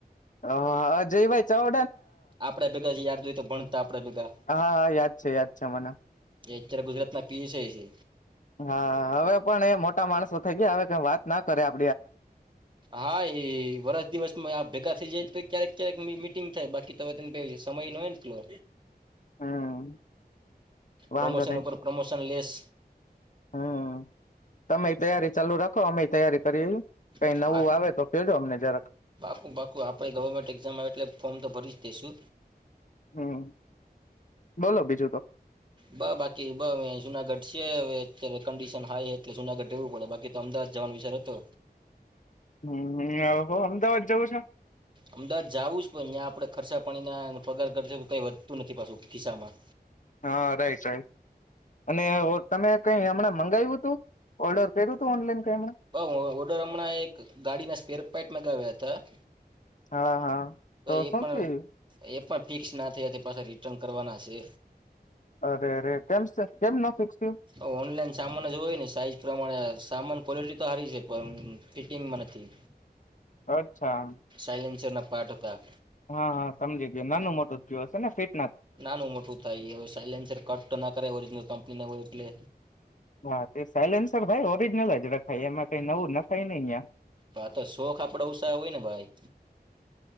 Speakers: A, on the left (about 50°); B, on the right (about 30°).
A: હ અજય ભાઈ ચાવ
B: આપડે ભેગા યા તો ભણતા આપડે ભેગા
A: હા હા યાદ છે યાદ છે મને.
B: એ અત્યારે ગુજરાત ના પીએ છે.
A: હા હવે પણ એ મોટા માણસો થઈ ગયા હવે વાત ના કરે આપ.
B: હા એ વરષ દિવસમાં આ ભેગા થઇ જાય તે ક્યારેક ક્યારેક મિટિંગ થાય બાકી ત તને સમય ન એટલો.
A: હમ
B: પ્રમોશન
A: વાંધો નહી
B: ઉપર પ્રમોશન લેસ
A: હમ તમે તૈયારી ચાલુ રાખ અમે તૈયારી કઈ
B: હા
A: નવું આવે તો કેજો અમને. જરાક
B: બાકુ બાકુ આપણે ગવર્મેન્ટ એક્ઝામ આવે એટલે ફોર્મ તો ભરી જ દેશુ
A: હમ બોલો બીજું તો
B: બ બાકી બ જુનાગઢ છે. અત્યારે કંડિશન હાય એટલે જુનાગઢ જવું પડે બાકી તો અમદાવાદ જવાનો વિષાર હતો.
A: હમ અમદાવાદ જવું છો.
B: અમદાવાદ જઉું જ પણ અહી્યાં આપડણે ખર્સા પાણીના પગાર કરશ કઈ વધતું નથી પાછું ખિસ્સામાં.
A: હા રાઈટ રાઈટ અને તમે કઈ હમણાં મંગાવ્યું હતું ઓર્ડર કર્યું હતું ઓનલાઈન? કઈ હમણાં
B: બ વડોરમણાએ એક ગાડીના સ્પેરપેટમાં ગાવ્યા હતા. ત
A: હા હા.
B: તો એ
A: શું
B: પણ
A: થયું
B: એ પણ ફિક્સ ના થયા તે પાછા રિટર્ન કરવાના હશે.
A: અરે અરે કેમ કેમ ન ફિકસ થીયુ?
B: ઓનલાઈન સામાન જ હોય ને સાઈઝ પ્રમાણે સામાન ક્વોલિટી તો સારી છે પણ ફિટિંગમાં નથી.
A: અચ્છા.
B: સાયલેન્સરના પાર્ટ ટા
A: હા હા સમજી ગયો નાનું મોટું જ કયો હશે ને ફીટ
B: નાનું મોટું થાય એ સાયલેન્સર કટ તો ના કરે ઓરિજનલ કંપનીને હોય એટલે
A: હા તે સાયલેન્સર ભાઈ ઓરિજનલ જ ખાઈ એમાં કઈ નવું નખાય નને અહિયાં.
B: હા તો શોખ આપડ ઉછાય હોય ને ભાઈ.